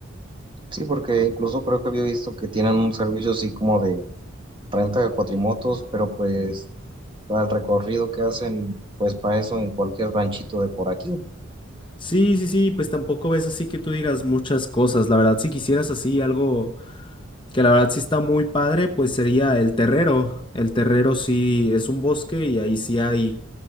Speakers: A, on the right; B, on the left.
A: Sí, porque incluso creo que había visto que tienen un servicio así como de renta de cuatrimotos, pero pues para el recorrido que hacen, pues para eso en cualquier ranchito de por aquí,
B: Sí, sí, sí, pues tampoco es así que tú digas muchas cosas, la verdad, si quisieras así algo que la verdad sí está muy padre, pues sería el Terrero. El Terrero sí es un bosque y ahí sí hay,